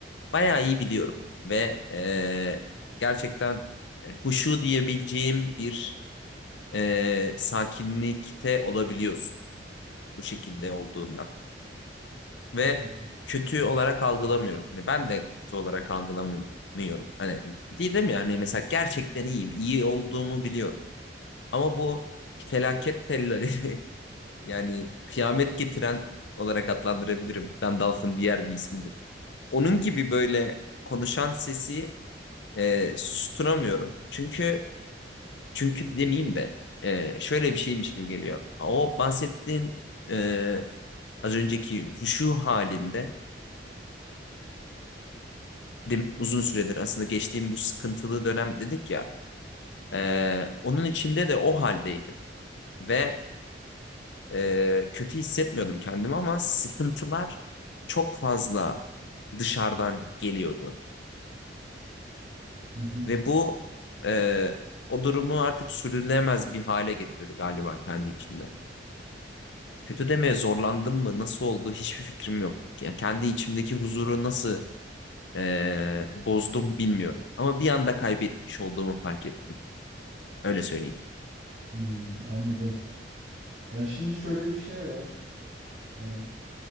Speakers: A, on the left; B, on the right.
A: bayağı iyi biliyorum ve e, gerçekten e, huşu diyebileceğim bir e, sakinlikte olabiliyorsun bu şekilde olduğunda ve
B: Hı hı.
A: kötü olarak algılamıyorum. Hani ben de kötü olarak algılamıyorum. Hani değilim ya hani mesela gerçekten iyiyim, iyi olduğumu biliyorum. Ama bu felaket tellali <laughs> yani kıyamet getiren olarak adlandırabilirim. Gandalf'ın diğer bir ismidir. Onun gibi böyle konuşan sesi e, susturamıyorum. Çünkü çünkü demeyeyim de e, şöyle bir şeymiş gibi geliyor. O bahsettiğin e, az önceki huşu halinde dim uzun süredir aslında geçtiğim bu sıkıntılı dönem dedik ya e, onun içinde de o haldeydim ve e, kötü hissetmiyordum kendimi ama sıkıntılar çok fazla dışarıdan geliyordu
B: Hı hı.
A: ve bu e, o durumu artık sürülemez bir hale getirdi galiba kendi içimde. kötü demeye zorlandım mı? Nasıl oldu? Hiçbir fikrim yok. Yani kendi içimdeki huzuru nasıl eee, bozdum bilmiyorum. Ama bir anda kaybetmiş olduğumu fark ettim. Öyle söyleyeyim.
B: Hmm, anladım. Ya şimdi şöyle bir şey var. Eee,